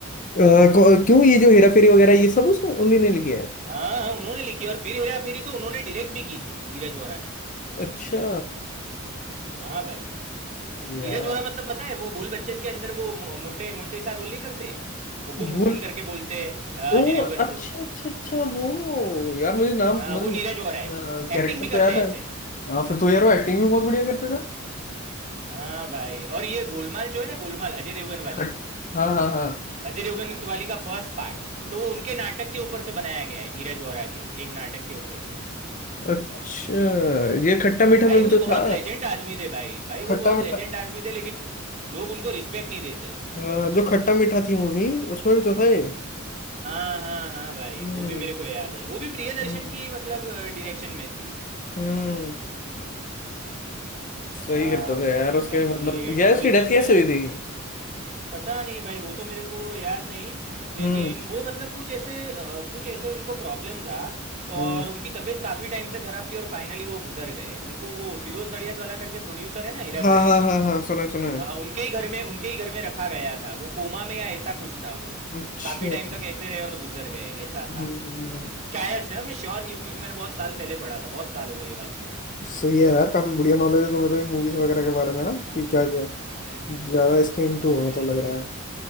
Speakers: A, on the left; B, on the right.
A: अ, कौ- क्यों ये जो हेरा फेरी वगैरह ये सब उसने उन्हीं ने लिखी है
B: हाँ हाँ, उन्होंने लिखी है। और फिर हेरा फेरी तो उन्होंने डायरेक्ट भी की थी नीरज वोरा ने
A: अच्छा
B: हाँ भाई
A: यार
B: नीरज वोरा मतलब पता है वो बोल बच्चन के अंदर वो मो- मोटे मोटे सा रोल नहीं करते हुकुम हुकुम
A: भूल
B: करके बोलते हैं अ, अजय
A: ओ
B: देवगन
A: अच्छा
B: को
A: अच्छा अच्छा वो यार मुझे नाम
B: हाँ
A: मतलब
B: वो नीरज वोरा है एक्टिंग
A: कैरेक्टर
B: भी करते
A: तो याद
B: हैं
A: है
B: ऐसे
A: हाँ फिर तो यार वो एक्टिंग भी बहुत बढ़िया करते थे
B: हाँ भाई और ये गोलमाल जो है ना गोलमाल अजय देवगन वाली
A: खट हाँ हाँ हाँ
B: अजय देवगन वाली का फर्स्ट पार्ट तो वो उनके नाटक के ऊपर से बनाया गया है नीरज वोरा के एक नाटक के ऊपर से
A: अच्छा ये खट्टा मीठा
B: भाई
A: में
B: वो
A: भी तो था
B: बहुत लेजेंड आदमी थे भाई भाई
A: खट्टा
B: वो बहुत
A: मीठा
B: लेजेंड आदमी थे लेकिन लोग उनको रिस्पेक्ट नहीं देते
A: हाँ, जो खट्टा मीठा थी मूवी उसमें भी तो था ये
B: हाँ हाँ हाँ भाई
A: हम्म
B: वो भी मेरे को याद है वो भी प्रियदर्शन
A: हम्म
B: की मतलब डायरेक्शन में थी
A: हम्म
B: हम्म
A: सही
B: हाँ
A: करता
B: भाई
A: था यार उसके
B: बाकी
A: मतलब
B: ये
A: यार
B: ढोल
A: उसकी डेथ
B: के अंदर
A: कैसे हुई थी
B: पता नहीं भाई वो तो मेरे को याद नहीं लेकिन
A: हम्म।
B: वो मतलब कुछ ऐसे अ, कुछ ऐसे उनको प्रॉब्लम था
A: हम्म
B: और उनकी तबीयत काफ़ी टाइम से ख़राब थी और फाइनली वो गुजर गए उनको वो फिरोज़ नडियाद वाला करके प्रोड्यूसर है ना हीरा
A: हाँ
B: फेरी
A: हाँ
B: के
A: हाँ हाँ सुना है, सुना है
B: अ, उनके ही घर में उनके ही घर में रखा गया था वो कोमा में या ऐसा कुछ था वो
A: अच्छा
B: काफ़ी टाइम
A: हम्म,
B: तक ऐसे रहे और गुजर गए ऐसा
A: हम्म,
B: था शायद से हाँ, मैं श्योर नहीं हूँ क्योंकि मैंने बहुत साल पहले पढ़ा था बहुत साल हो गए ये बात को
A: सही है यार काफी बढ़िया नॉलेज है तुम्हें तो मूवीज वगैरह के बारे में
B: हाँ
A: ना कि क्या
B: भाई
A: क्या
B: हाँ यार
A: ज्यादा इसके इंटू
B: हाँ
A: हो मतलब
B: यार लेकिन
A: लग रहा है